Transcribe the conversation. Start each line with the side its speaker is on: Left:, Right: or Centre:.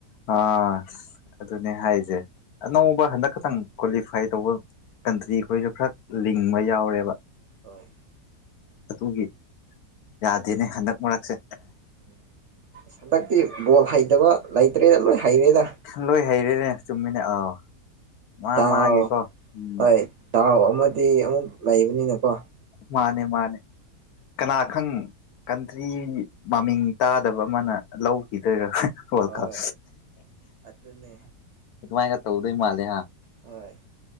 Left: ꯑ ꯑꯗꯨꯅꯦ ꯍꯥꯏꯁꯦ ꯑꯅꯧꯕ ꯍꯟꯗꯛ ꯈꯛꯇꯪ ꯀ꯭ꯋꯥꯂꯤꯐꯥꯏ ꯇꯧꯕ ꯀꯟꯇ꯭ꯔꯤꯈꯣꯏꯗꯣ ꯈ꯭ꯔ ꯂꯤꯡꯕ ꯌꯥꯎꯔꯦꯕ
Right: ꯍꯣꯏ
Left: ꯑꯗꯨꯒꯤ ꯌꯥꯗꯦꯅꯦ ꯍꯟꯗꯛ ꯃꯔꯛꯁꯦ
Right: ꯎꯝ ꯍꯟꯗꯛꯇꯤ ꯕꯣꯜ ꯍꯩꯇꯕ ꯂꯩꯇ꯭ꯔꯦꯗ ꯂꯣꯏ ꯍꯩꯔꯦꯗ
Left: ꯂꯣꯏ ꯍꯩꯔꯦꯅꯦ ꯆꯨꯝꯃꯤꯅꯦ ꯑꯥꯎ ꯃꯥ
Right: ꯗꯥꯎ
Left: ꯃꯥꯒꯤꯀꯣ ꯎꯝ
Right: ꯍꯣꯏ ꯗꯥꯎ ꯑꯃꯗꯤ ꯑꯃꯨꯛ ꯂꯩꯕꯅꯤꯅꯀꯣ
Left: ꯃꯥꯅꯦ ꯃꯥꯅꯦ ꯀꯅꯥ ꯈꯪ ꯀꯟꯇ꯭ꯔꯤ ꯃꯃꯤꯡ ꯇꯥꯗꯕ ꯑꯃꯅ ꯂꯧꯈꯤꯗꯣꯏꯔ ꯋꯜꯀꯞ
Right: ꯍꯣꯏ ꯑꯗꯨꯅꯦ
Left: ꯑꯗꯨꯃꯥꯏꯅꯒ ꯇꯧꯗꯣꯏ ꯃꯥꯜꯂꯦ ꯍꯥ
Right: ꯍꯣꯏ